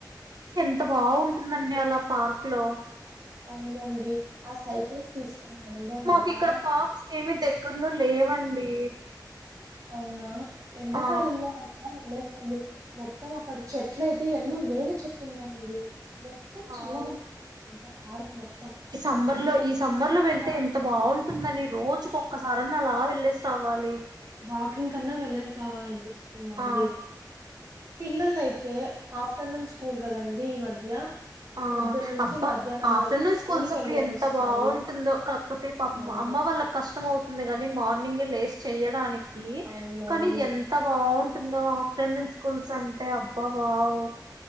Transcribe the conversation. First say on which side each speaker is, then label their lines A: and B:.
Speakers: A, on the right; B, on the right.
A: అంత బాగుంటుందండి అలా పార్క్ లో
B: అవునండి ఆ సైకిల్స్ తీసుకొని అందరం
A: మాకు
B: అలా
A: ఇక్కడ పార్క్స్ ఏమి దగ్గరలో లేవండి
B: అవునా ఎండకాలంలో
A: ఆ
B: అలా వెళ్ళేసి డి అండి మొత్తం అక్కడ చెట్లు అయితే ఎన్నో వేళ చెట్లున్నాయండి మొత్తం
A: వావ్
B: చల్లదనం పార్క్ మొత్తం
A: ఈ సమ్మర్
B: పిల్లలంతా
A: లో ఈ సమ్మర్
B: చక్కగా
A: లో వెళ్తే ఎంత బాగుంట ఉంటుందని రోజుక ఒక్కసారని అలా వెళ్లేేసి రావాలి
B: వాకింగ్ కన్నా వెళ్ళేసి రావాలనిపిస్తుంది అండి
A: ఆ
B: పిల్లలయితే అతే హాఫ్టర్నూన్ స్కూల్ కదండి ఈ మధ్య
A: ఆ
B: పొద్దునుంచి
A: అబ్బా
B: మధ్యాహ్నం
A: ఆఫ్టర్నూన్
B: వరకు స్కూల్
A: స్కూల్స్
B: కెళ్ళేసి
A: అప్పుడు ఎంత
B: వస్తారు
A: బాగుంటుందో కాకపోతే పాపం
B: అవును
A: అమ్మ వాళ్ళకి కష్టం అవుతుంది కదా కానీ మార్నింగ్ లేస్ చేయడానికి
B: అవునవును
A: కానీ ఎంత బాగుంట ఉంటుందో ఆఫ్టర్నూన్ స్కూల్స్ అంటే అబ్బా వవ్